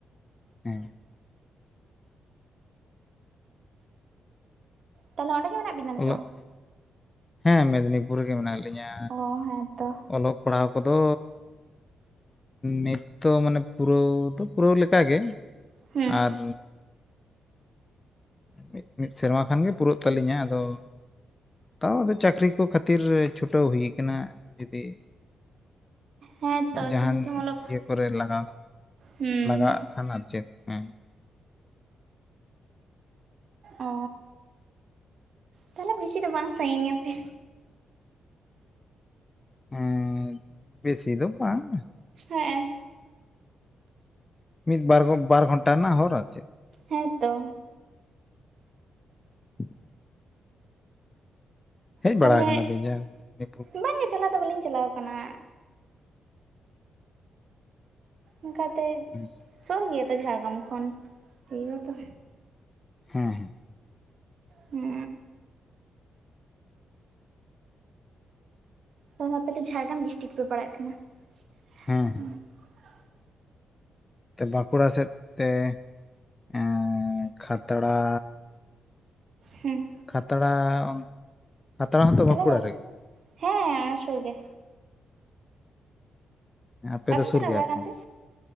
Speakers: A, on the left; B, on the right.
A: ᱦᱮᱸ
B: ᱛᱟᱦᱚᱞᱮ ᱚᱸᱰᱮ ᱜᱮ ᱢᱮᱱᱟᱜ ᱵᱤᱱᱟ ᱱᱤᱛᱳᱜ
A: ᱚᱞᱚᱜ
B: ᱦᱚᱸ
A: ᱦᱮᱸ ᱢᱮᱫᱽᱱᱤᱯᱩᱨ ᱨᱮᱜᱮ ᱢᱮᱱᱟᱜ ᱞᱤᱧᱟᱹ
B: ᱚ ᱦᱮᱸᱛᱚ
A: ᱚᱞᱚᱜ ᱯᱟᱲᱦᱟᱜ ᱠᱚᱫᱚ ᱱᱤᱛᱚ ᱢᱟᱱᱮ ᱯᱩᱨᱟᱹᱣ ᱫᱚ ᱯᱩᱨᱟᱹᱣ ᱞᱮᱠᱟᱜᱮ
B: ᱦᱩᱸ
A: ᱟᱨ ᱢᱤᱫ ᱢᱤᱫ ᱥᱮᱨᱢᱟ ᱠᱷᱟᱱ ᱜᱮ ᱯᱩᱨᱟᱹᱜ ᱛᱟᱹᱟᱞᱤᱧᱟ ᱟᱫᱚ ᱛᱟᱣ ᱟᱫᱚ ᱪᱟᱹᱠᱨᱤ ᱠᱚ ᱠᱷᱟᱹᱛᱤᱨ ᱪᱷᱩᱴᱟᱹᱣ ᱦᱩᱭ ᱟᱠᱟᱱᱟ ᱡᱩᱫᱤ
B: ᱦᱮᱸᱛᱚ
A: ᱡᱟᱦᱟᱱ
B: ᱥᱩᱫᱩ ᱠᱤ ᱢᱚᱞᱚᱵ
A: ᱤᱭᱟᱹ ᱠᱚᱨᱮ ᱞᱟᱜᱟᱣ
B: ᱦᱩᱸ
A: ᱞᱟᱜᱟᱣᱟᱜ ᱠᱷᱟᱱ ᱟᱨ ᱪᱮᱫ ᱦᱮᱸ
B: ᱚ ᱛᱟᱦᱚᱞᱮ ᱵᱮᱥᱤ ᱫᱚ ᱵᱟᱝ ᱥᱟᱜᱤᱧ ᱟᱯᱮ
A: ᱦᱮᱸ ᱵᱮᱥᱤ ᱫᱚ ᱵᱟᱝ
B: ᱦᱮᱸᱜ ᱮᱸ
A: ᱢᱤᱫ ᱵᱟᱨ ᱵᱟᱨ ᱜᱷᱚᱱᱴᱟ ᱨᱮᱱᱟᱜ ᱦᱚᱨ ᱟᱨ ᱪᱮᱫ
B: ᱦᱮᱸ ᱛᱚ
A: ᱦᱩᱸ <inaudible> ᱦᱮᱡ
B: ᱛᱟᱦᱚᱞᱮ
A: ᱵᱟᱲᱟ ᱟᱠᱟᱱᱟᱵᱤᱱ ᱡᱟ ᱢᱮᱫᱽᱱᱤᱯᱩᱨ
B: ᱵᱟᱝ ᱜᱮ ᱪᱟᱞᱟᱣ ᱫᱚ ᱵᱟᱹᱞᱤᱧ ᱪᱟᱞᱟᱣ ᱟᱠᱟᱱᱟ ᱚᱱᱠᱟᱛᱮ
A: ᱦᱮᱸ
B: ᱥᱚᱨ ᱜᱮᱭᱟ ᱛᱚ ᱡᱷᱟᱲᱜᱨᱟᱢ ᱠᱷᱚᱱ ᱛᱚ
A: ᱦᱮᱸ ᱦᱮᱸ
B: ᱦᱮᱸ ᱛᱟᱦᱚᱞᱮ ᱟᱯᱮ ᱡᱷᱟᱲᱜᱨᱟᱢ ᱰᱤᱥᱴᱤᱠ ᱯᱮ ᱯᱟᱲᱟᱜ ᱠᱟᱱᱟ <unintelligible>
A: ᱦᱮᱸ ᱵᱟᱸᱠᱩᱲᱟ ᱥᱮᱫ ᱛᱮ ᱮᱸ ᱠᱷᱟᱛᱲᱟ
B: ᱦᱩᱸ
A: ᱠᱷᱟᱛᱲᱟ ᱚᱱ ᱠᱷᱟᱛᱲᱟ ᱦᱚᱸᱛᱚ
B: ᱪᱟᱞᱟᱣ
A: ᱵᱟᱸᱠᱩᱲᱟ
B: ᱵᱟᱲᱟ
A: ᱨᱮᱜᱮ
B: ᱦᱮᱸ ᱚᱱᱟ ᱥᱳᱨ ᱜᱮ
A: ᱟᱯᱮ
B: ᱵᱟᱵᱤᱱ
A: ᱫᱚ ᱥᱩᱨ
B: ᱪᱟᱞᱟᱣ
A: ᱜᱮᱭᱟ
B: ᱵᱟᱲᱟ
A: ᱯᱮ
B: ᱟᱠᱟᱱ
A: ᱚᱸᱰᱮ
B: ᱛᱮ